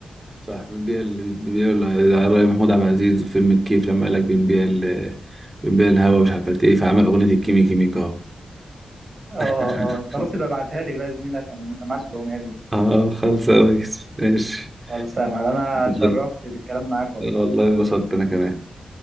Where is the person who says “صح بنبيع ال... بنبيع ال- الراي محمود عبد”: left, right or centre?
Right